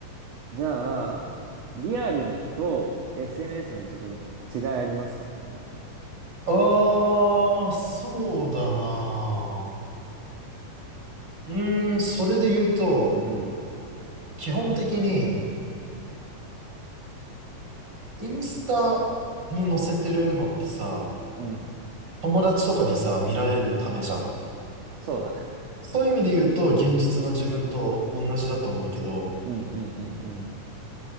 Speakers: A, on the right (about 55°); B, on the right (about 30°).
A: じゃあ、リアルと SNS の自分違いありますかっていう。
B: ああ、そうだな。うーん、それで言うと、
A: うん。
B: 基本的に、インスタに載せてるのってさ、
A: うん
B: 友達とかにさ、見られるためじゃん。
A: そうだね。
B: そういう意味で言うと、現実の自分と同じだと思うけど、
A: うんうんうんうん。